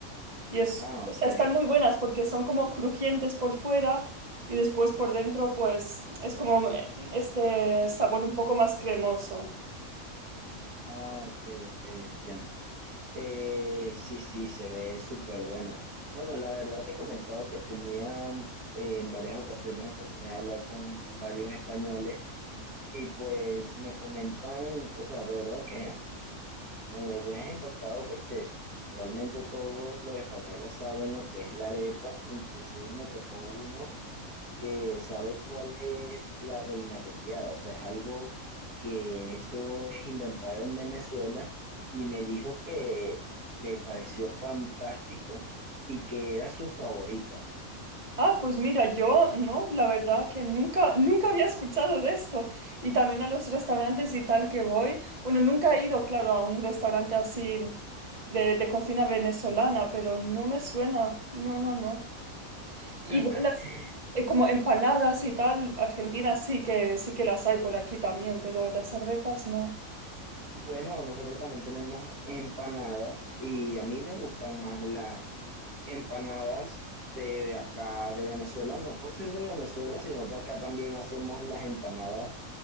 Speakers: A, on the right (about 30°); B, on the right (about 80°).
A: Y es,
B: Ah,
A: o
B: ok.
A: sea, están muy buenas porque son como crujientes por fuera y después por dentro pues es como eh, este sabor un poco más cremoso.
B: Ah, ok, ok, entiendo. Eh, sí, sí, se ve súper bueno. Bueno, la verdad te he comentado que tenía eh, en varias ocasiones oportunidad de hablar con varios españoles y pues me comentan, o sea, de verdad que... Me deja impactado porque realmente todos los españoles saben lo que es la arepa, inclusive me tocó uno que sabe cuál es la reina pepiada, o sea, es algo que eso es inventado en Venezuela y me dijo que le pareció fantástico y que era su favorita.
A: Ah, pues mira, yo no, la verdad que nunca, nunca había escuchado de esto. Y también a los restaurantes y tal que voy. Bueno, nunca he ido, claro, a un restaurante así de, de cocina venezolana, pero no me suena. No, no, no. Igual
B: <laughs>
A: las, eh, como empanadas y tal, Argentina sí que, sí que las hay por aquí también, pero las arepas no.
B: Bueno, nosotros también tenemos empanadas y a mí me gustan más las empanadas de acá de Venezuela, no por ser de Venezuela, sino que acá también hacemos las empanadas